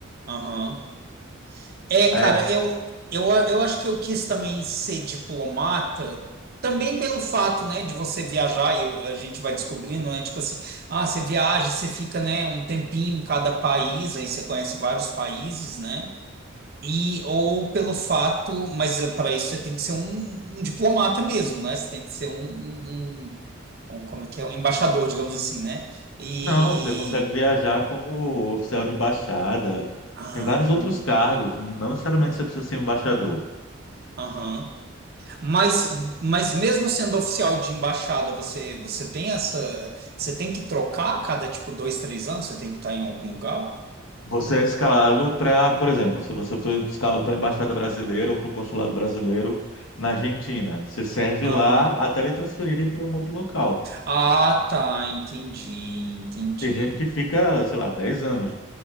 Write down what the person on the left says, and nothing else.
É,
não, você consegue viajar como oficial de embaixada.
Tem vários outros cargos, não não necessariamente você precisa ser embaixador.
Você é escalado para, por exemplo, se você foi escalado para a Embaixada Brasileira ou para o Consulado Brasileiro na Argentina, você serve
lá até lhe transferirem para um outro local.
Tem gente que fica, sei lá, 10 anos